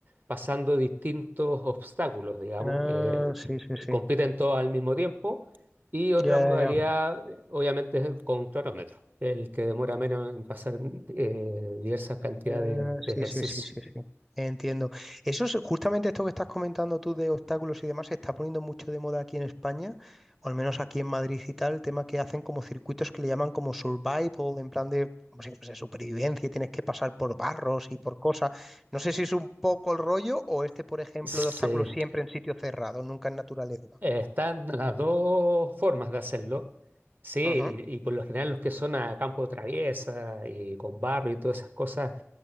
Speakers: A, on the right (about 40°); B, in the centre.
A: pasando distintos obstáculos, digamos,
B: Ah,
A: eh,
B: sí, sí, sí.
A: compiten todos al mismo tiempo, y otra
B: Ya,
A: modalidad,
B: ya, ya.
A: eh, obviamente, es con cronómetro, el que demora menos en pasar eh, diversas cantidades
B: Ah,
A: de, ejercicios.
B: sí, sí, sí, sí, sí. Entiendo. Eso es justamente esto que estás comentando tú de obstáculos y demás, se está poniendo mucho de moda aquí en España, o al menos aquí en Madrid y tal, el tema que hacen como circuitos que le llaman como survival, en plan de, como si fuese supervivencia y tienes que pasar por barros y por cosas. No sé si es un poco el rollo o este, por ejemplo,
A: Sí,
B: de obstáculos siempre en sitio cerrado, nunca en naturaleza.
A: Eh, están las dos formas de hacerlo. Sí,
B: Ujú.
A: y, y por lo general los que son a campo de traviesa y con barro y todas esas cosas